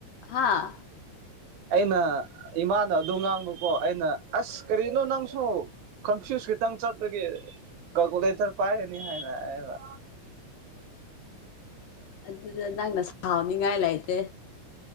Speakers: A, on the left (about 75°); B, on the right (about 85°).
A: ꯍꯥꯥ
B: ꯑꯩꯅ ꯏꯃꯥꯅ ꯑꯗꯨ ꯉꯥꯡꯕꯀꯣ ꯑꯩꯅ ꯑꯁ ꯀꯔꯤꯅꯣ ꯅꯪ ꯁꯨ ꯀꯟꯐ꯭ꯌꯨꯁ ꯈꯤꯇꯪ ꯆꯠꯄꯒꯤ ꯀꯥꯜꯀꯨꯂꯦꯇꯔ ꯄꯥꯣꯔꯅꯤ ꯍꯥꯢꯅ ꯍꯥꯏꯕ꯫
A: ꯑꯗꯨꯗ ꯅꯪꯅ ꯁꯥꯎꯅꯤꯡꯉꯥꯏ ꯂꯩꯇꯦ꯫